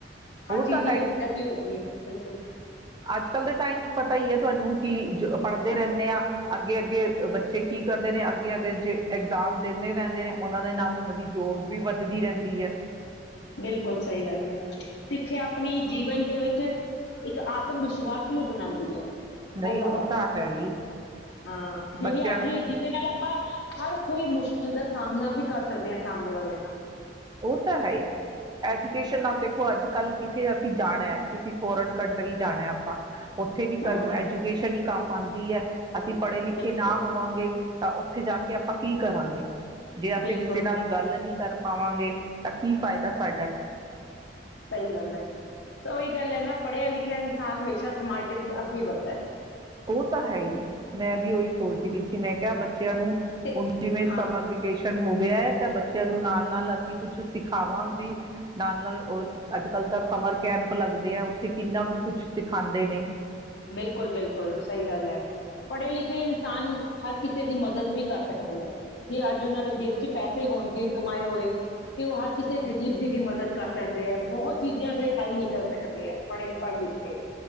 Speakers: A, on the left; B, on the right.
A: ਹਰ
B: ਉਹ
A: ਚੀਜ਼
B: ਤਾਂ
A: ਦੀ
B: ਹੈ
A: ਫੈਸਿਲਿਟੀ
B: ਹੀ
A: ਹੋ ਗਈ ਹੈ ਬਿਲਕੁਲ
B: ਅੱਜ ਕੱਲ੍ਹ ਦੇ ਟਾਈਮ 'ਚ ਪਤਾ ਹੀ ਹੈ ਤੁਹਾਨੂੰ ਕਿ ਪੜ੍ਹਦੇ ਰਹਿੰਦੇ ਹਾਂ। ਅੱਗੇ ਅੱਗੇ ਬੱਚੇ ਕੀ ਕਰਦੇ ਨੇ ਅੱਗੇ ਅੱਗੇ ਜੇ ਐਗਜ਼ਾਮ ਦਿੰਦੇ ਰਹਿੰਦੇ ਨੇ ਉਹਨਾਂ ਦੇ ਨਾਲ ਉਹਨਾਂ ਦੀ ਜੋਬ ਵੀ ਵੱਧਦੀ ਰਹਿੰਦੀ ਹੈ।
A: ਬਿਲਕੁਲ ਸਹੀ ਗੱਲ ਹੈ ਸਿੱਖਿਆ ਆਪਣੀ ਜੀਵਨ ਦੇ ਵਿੱਚ ਇੱਕ ਆਤਮ ਵਿਸ਼ਵਾਸ ਵੀ ਬਣਾਉਂਦੀ ਹੈ।
B: ਨਹੀਂ
A: ਬਹੁਤ ਜ਼ਿਆਦਾ
B: ਹੋ ਤਾਂ ਹੈ ਹੀ।
A: ਹਾਂ ਜਿਹੜੀ
B: ਬੱਚਿਆਂ
A: ਆਪਣੀ
B: ਨੇ
A: ਜਿਹਦੇ ਨਾਲ ਆਪਾਂ ਹਰ ਕੋਈ ਮੁਸ਼ਕਿਲ ਦਾ ਸਾਮਣਾ ਵੀ ਕਰ ਸਕਦੇ ਹਾਂ। ਸਾਹਮਣੇ ਵਾਲੇ
B: ਨੂੰ।
A: ਨਾਲ।
B: ਉਹ ਤਾਂ ਇਹੀ ਹੈ। ਐਜੂਕੇਸ਼ਨ ਨਾਲ ਦੇਖੋ ਅੱਜ ਕੱਲ ਕਿੱਥੇ ਅਸੀਂ ਜਾਣਾ ਹੈ ਕਿਸੇ ਫੋਰਨ ਕੰਟਰੀ ਜਾਣਾ ਆਪਾਂ ਉੱਥੇ ਵੀ ਸਾਨੂੰ
A: ਹੂੰ
B: ਐਜੂਕੇਸ਼ਨ ਹੀ ਕੰਮ ਆਉਂਦੀ ਦੀ ਹੈ। ਅਸੀਂ ਪੜ੍ਹੇ ਲਿਖੇ
A: ਬਿਲਕੁਲ
B: ਨਾ ਹੋਵਾਂਗੇ। ਤਾਂ ਉੱਥੇ ਜਾ ਕੇ ਆਪਾਂ ਕੀ ਕਰਾਂਗੇ। ਜੇ ਅਸੀਂ
A: ਬਿਲਕੁਲ
B: ਕਿਸੇ ਨਾਲ ਗੱਲ ਨੀ ਕਰ ਹੋਂਵਾਗੇ ਤਾਂ ਕੀ ਫਾਇਦਾ ਸਾਡਾ।
A: ਸਹੀ ਗੱਲ ਹੈ ਤਾਂ ਉਹੀ ਗੱਲ ਹੈ ਨਾ। ਪੜ੍ਹਿਆ ਲਿਖਿਆ ਇਨਸਾਨ ਹਮੇਸ਼ਾ ਸਮਾਜ ਦੇ ਵਿੱਚ ਅੱਗੇ ਵੱਧਦਾ ਹੈ।
B: ਉਹ ਤਾਂ ਹੈ ਹੀ। ਮੈਂ ਵੀ ਉਹੀ ਸੋਚਦੀ ਪਈ ਸੀ। ਮੈਂ ਕਿਆ ਬੱਚਾ ਬੱਚਿਆਂ ਨੂੰ
A: ਤੇ
B: ਹੁਣ ਕਿਵੇਂ
A: ਹਾਂ
B: ਸਮਰ ਵਿਕੇਸ਼ਨ ਰਿਟਨ ਹੋ ਗਿਆ ਹੈ। ਤਾਂ ਬੱਚਿਆਂ ਨੂੰ ਨਾਲ ਨਾਲ ਅਸੀਂ ਕੁਛ ਸਿਖਾਵਾਂ ਵੀ। ਨਾਲ ਨਾਲ ਅੱਜ ਕੱਲ ਤਾਂ ਸਮਰ ਕੈਂਪ ਲੱਗਦੇ ਆ। ਉੱਥੇ ਕਿੰਨਾ ਕੁ ਕੁਛ ਸਿਖਾਉਂਦੇ ਨੇ।
A: ਬਿਲਕੁਲ ਬਿਲਕੁਲ ਸਹੀ ਗੱਲ ਹੈ ਪੜ੍ਹੇ ਲਿਖੇ ਇਨਸਾਨ ਹਰ ਕਿਸੇ ਕਿਸੇ ਦੀ ਮਦਦ ਵੀ ਕਰ ਸਕਦੇ ਹੈ। ਜੇ ਅੱਜ ਉਹਨਾਂ ਦੇ ਜੇਬ ਚ ਪੈਸੇ ਹੋਣਗੇ। ਕਮਾਏ ਹੋਏ ਤੇ ਉਹ ਹਰ ਕਿਸੇ ਗਰੀਬ ਦੀ ਵੀ ਮਦਦ ਕਰ ਸਕਦੇ ਹੈ ਬਹੁਤ ਚੀਜ਼ਾਂ ਦੇ ਹੱਲ ਨਿਕਲ ਸਕਦੇ ਹੈ। ਪੜ੍ਹੇ ਪੜ੍ਹ ਲਿਖ ਕੇ।